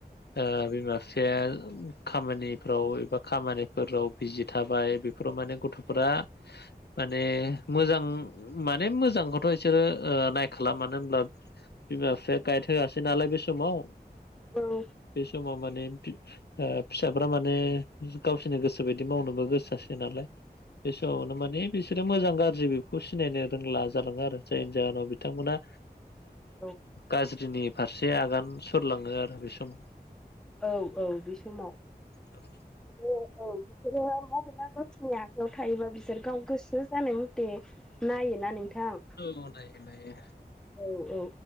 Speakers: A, on the left; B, in the centre.
A: ओ बिमा बिफाया खामानिफ्राव एबा खामानिफोराव बिजि थाबाय फोराव माने गथ'फोरा माने मोजां माने मोजांखौथ' बिसोरो ओ नायखाला मानो होनब्ला बिमा बिफाया गाइड होआसै नालाय बे समाव
B: औ औ।
A: बे समाव माने ओ फिसा फोरा माने गावसोरनि गोसो बायदि मावनोबो गोसो जासै नालाय बे समावनो माने बिसोरो मोजां गाज्रि बेखौ सिनायनो रोंला जालाङो आरो जायनि जाहोनाव बिथांमोना
B: औ
A: गाज्रिनि फारसे आगान सुरलाङो आरो बे समाव।
B: औ औ बे समाव।
A: औ।
B: औ बिसोरो मबेला गावसोरनि आखायाव थायोबा बिसोर गाव गोसो जानाय मथे नायोना नोंथां?
A: औ नायो नायो।
B: औ औ